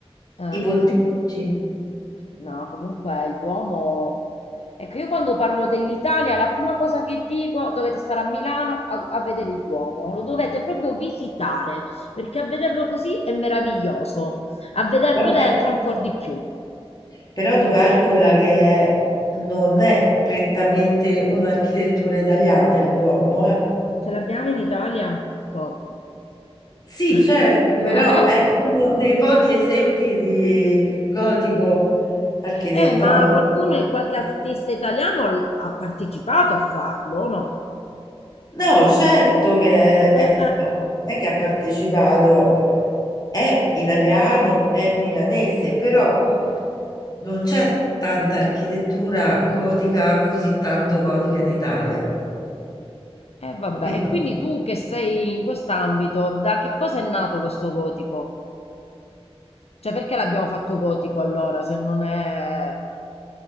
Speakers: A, on the left; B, on the left.
A: Eh.
B: I pontefici,
A: No, comunque il Duomo... Ecco, io quando parlo dell'Italia, la prima cosa che dico, dovete stare a Milano a, a vedere il Duomo, lo dovete proprio visitare, perché a vederlo così è meraviglioso, a vederlo
B: vabbè,
A: dentro ancora di più.
B: però tu calcola che non è prettamente un'architettura italiana il Duomo, eh.
A: Ce l'abbiamo in Italia? Stop.
B: Sì,
A: <laughs>
B: certo, però è uno dei pochi esempi di gotico architettonico.
A: Eh, ma qualcuno, qualche artista italiano l- ha partecipato a farlo, o no?
B: No, certo che
A: Eh,
B: è,
A: eh, eh.
B: no, non è che ha partecipato, è italiano, è milanese, però non c'è tanta architettura gotica, così tanto gotica in Italia,
A: Eh, vabbè,
B: capito?
A: e quindi tu che sei in quest'ambito, da che cosa è nato questo gotico? Cioè, perché l'abbiamo fatto gotico allora, se non è